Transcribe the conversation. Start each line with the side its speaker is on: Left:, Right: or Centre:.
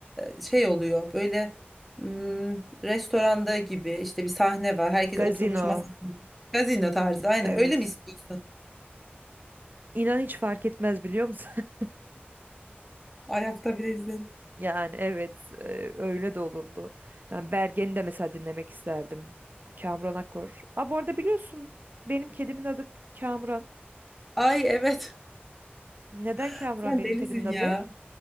Centre: e, şey oluyor böyle hmm, restoranda gibi işte bir sahne var herkes
Right: Gazino.
Centre: oturmuş masasında gazino tarzı aynen
Right: Evet.
Centre: öyle mi istiyorsun?
Right: İnan hiç fark etmez biliyor musun? <laughs>
Centre: Ayakta bile izlerim.
Right: Yani evet e, öyle de olurdu. Yani Bergen'i de mesela dinlemek isterdim. Kamuran Akkor. Aa, bu arada biliyorsun benim kedimin adı Kamuran.
Centre: Ay evet.
Right: Neden
Centre: <laughs>
Right: Kamuran
Centre: Sen
Right: benim
Centre: delisin
Right: kedimin adı?
Centre: ya.